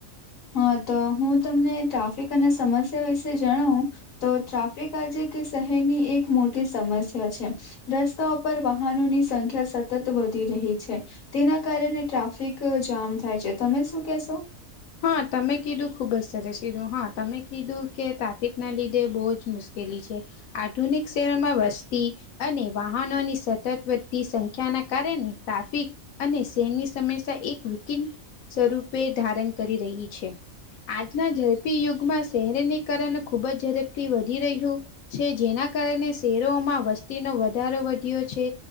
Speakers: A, on the left; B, on the left.
A: હા, તો હું તમને ટ્રાફિક અને સમસ્યા વિશે જણાવું. તો ટ્રાફિક આજે કે શેહરની એક મોટી સમસ્યા છે. રસ્તાઓ પર વાહનોની સંખ્યા સતત વધી રહી છે. તેના કારણે ટ્રાફિક જામ થાય છે, તમે શું કેહશો?
B: હા, તમે કીધું, ખૂબ જ સરસ કીધું હા. તમે કીધું કે ટ્રાફિકના લીધે બહુ જ મુશ્કેલી છે. આધુનિક સેવમાં વસ્તી અને વાહનોની સતત વધતી સંખ્યાના કારણે ટ્રાફિક અને શહેરની સમસ્યા એક વિકટ સ્વરૂપે ધારણ કરી રહી છે. આજના ઝડપી યુગમાં શહેરીકરણ ખૂબ જ ઝડપથી વધી રહ્યું. છે, જેના કારણે શહેરોમાં વસ્તીનો વધારો વધ્યો છે.